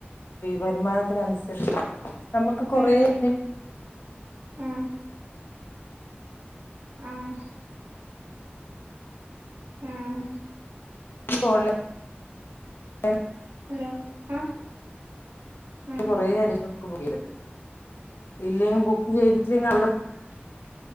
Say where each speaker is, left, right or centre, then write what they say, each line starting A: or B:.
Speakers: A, on the left (about 65°); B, on the right (about 80°).
A: വരുമാനത്തിനനുസരിച്ച് നമുക്ക് കൊറേ
B: ഉം ഉം
A: -
B: ആഹ് ആഹ് ആഹ്
A: തോ <unintelligible> ആ <unintelligible>
B: ഹലോ ആഹ് ആഹ്
A: കുറേ അ നമുക്ക് പോകാൻ പറ്റും ഇല്ലെങ്കിൽ ബുക്ക് ചെയ്തിട്ടില്ലെങ്കിൽ അവിടെ
B: ഉ